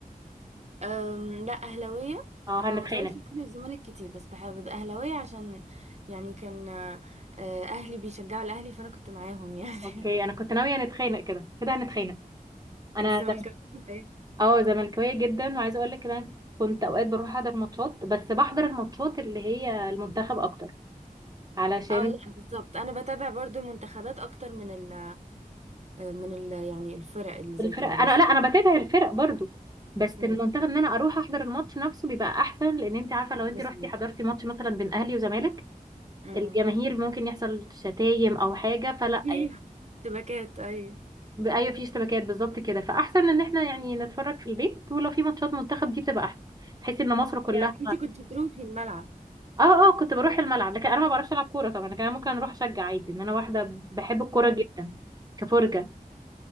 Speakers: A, on the right; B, on the right.
A: أم، لا اهلاويه
B: اه
A: انا
B: هنتخانق
A: ما بتفرجش على اهلي والزمالك كتير بس بحب اهلاويه عشان يعني كان آه، اهلي بيشجعوا الاهلي فانا كنت معاهم يعني
B: اوكي انا كنت ناويه نتخانق كده كده هنتخانق
A: <laughs>
B: انا
A: انت زملكاويه ولا ايه
B: اه زملكاويه جدا وعايزه اقول لك إن انا كنت اوقات بروح احضر ماتشات بس بحضر الماتشات اللي هي المنتخب اكتر علشان
A: اه لا بالظبط انا بتابع برضو المنتخبات اكتر من ال آه، من ال يعني الفرق اللي زي
B: الفرق
A: كده
B: انا
A: بس
B: لا انا بتابع الفرق برضو بس
A: مم.
B: المنتخب ان انا اروح احضر الماتش نفسه بيبقى احسن لان انت عارفه لو انت
A: مظبوط
B: رحتي حضرتي ماتش مثلا بين اهلي وزمالك
A: مم.
B: الجماهير ممكن يحصل شتايم او حاجه فلا
A: <laughs>
B: يعني
A: شبكات اي
B: ب- ايوه في اشتباكات بالظبط كده فاحسن ان احنا يعني نتفرج في البيت ولو في ماتشات منتخب دي بتبقى احسن بحيث ان مصر كلها
A: يعني انت كنت تروحي الملعب
B: اه اه كنت بروح الملعب لكن انا ما بعرفش العب كوره طبعا لكن انا ممكن اروح اشجع عادي ان انا واحده بحب الكوره
A: مم.
B: جدا كفرجه